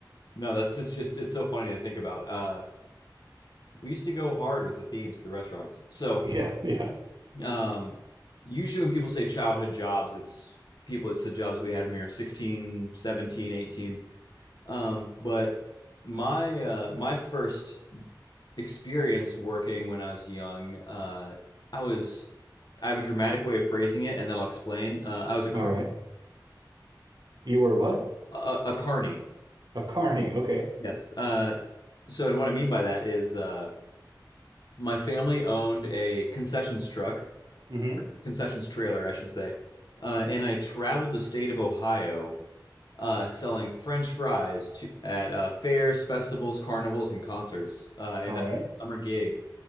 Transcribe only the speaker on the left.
No, that's it's just it's so funny to think about. Uh, we used to go hard with the themes of the restaurants. So,
um, usually when people say childhood jobs, it's people it's the jobs we had when we were 16, 17, 18. Um, but my uh, my first experience working when I was young, uh, I was I have a dramatic way of phrasing it, and then I'll explain. Uh, I was a car
a, a carny.
Yes. Uh, so, and what I mean by that is uh, my family owned a concessions truck,
concessions trailer, I should say, uh, and I traveled the state of Ohio uh, selling French fries to at uh, fairs, festivals, carnivals, and concerts. Uh, and
that
was a summer gig